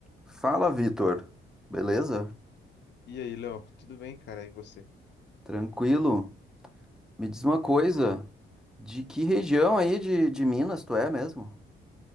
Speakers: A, in the centre; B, on the left.
A: Fala, Vitor. Beleza?
B: E aí, Léo, tudo bem, cara? E você?
A: Tranquilo? Me diz uma coisa, de que região aí de, de Minas tu é mesmo?